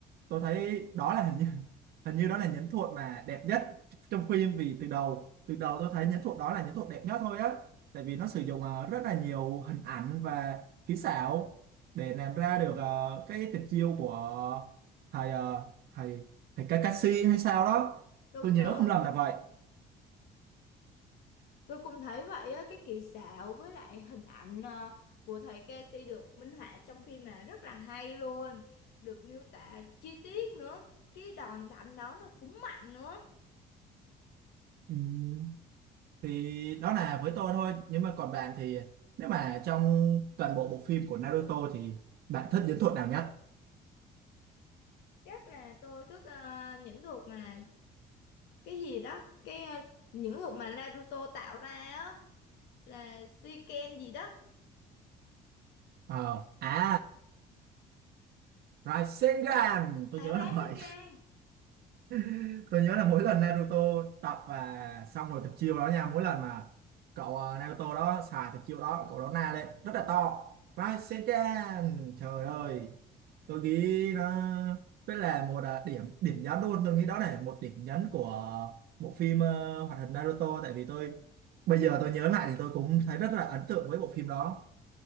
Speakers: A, on the right; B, on the left.
A: tôi thấy đó là hình như hình như đó là nhẫn thuật mà đẹp nhất trong phim vì từ đầu từ đầu tôi thấy nhẫn thuật đó là nhẫn thuật đẹp nhất thôi á tại vì nó sử dụng ờ, rất là nhiều hình ảnh và kỹ xảo để làm ra được ờ, cái tuyệt chiêu của thầy ờ, thầy thầy Kakashi hay sao đó
B: Đúng
A: tôi nhớ
B: rồi.
A: không lầm là vậy
B: Tôi cũng thấy vậy á, cái kỹ xảo với lại hình ảnh à, của thầy Casey được minh họa trong phim là rất là hay luôn. Được miêu tả chi tiết nữa. Cái đòn đánh đó nó cũng mạnh nữa.
A: Ừm, thì đó là với tôi thôi nhưng mà còn bạn thì nếu mà trong toàn bộ bộ phim của Naruto thì bạn thích nhẫn thuật nào nhất
B: Chắc là tôi thích à, những thuộc mà cái gì đó cái ờ, những hộp mà Naruto tạo ra á là Shiken gì đó
A: Ờ, à Rasengan tôi
B: à
A: nhớ là
B: ra
A: vậy
B: Shiken
A: <laughs> tôi nhớ là mỗi lần Naruto tập và xong rồi tập chiêu đó nha mỗi lần mà cậu ờ, Naruto đó xài tập chiêu đó cậu đó na lên rất là to Rasengan trời ơi tôi nghĩ nó rất là một ờ, điểm điểm nhấn luôn tôi nghĩ đó là một điểm nhấn của bộ phim ờ, hoạt hình Naruto tại vì tôi bây giờ tôi nhớ lại thì tôi cũng thấy rất là ấn tượng với bộ phim đó